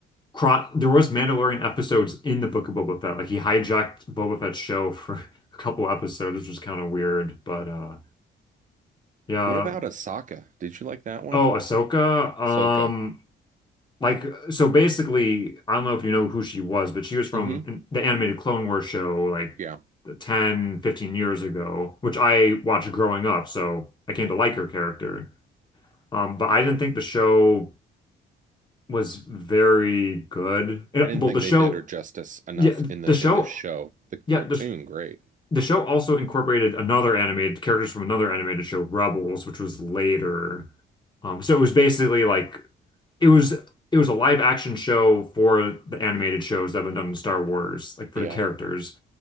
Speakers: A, on the left (about 20°); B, on the right (about 40°).
A: chron there was Mandalorian episodes in the Book of Boba Fett. Like he hijacked Boba Fett's show for <laughs> a couple episodes, which was kind of weird, but uh yeah.
B: What about Ahsoka? Did you like that one?
A: Oh, Ahsoka. Um
B: Ahsoka.
A: Like, so basically, I don't know if you know who she was, but she was from
B: hmm
A: the animated Clone Wars show like
B: Yeah.
A: 10, 15 years ago, which I watched growing up. So I came to like her character. Um, but I didn't think the show was very good. It,
B: I didn't
A: well,
B: think
A: the show,
B: they did her justice enough
A: yeah,
B: in the
A: the show,
B: in the show. The cartoon,
A: yeah, the,
B: great.
A: the show also incorporated another animated characters from another animated show, Rebels, which was later. Um, so it was basically like it was it was a live action show for the animated shows that have been done in Star Wars, like for
B: Yeah.
A: the characters.